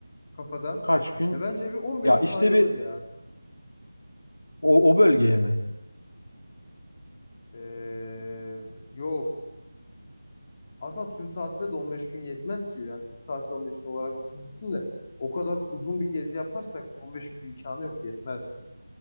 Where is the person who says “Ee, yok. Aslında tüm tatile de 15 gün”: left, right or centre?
Left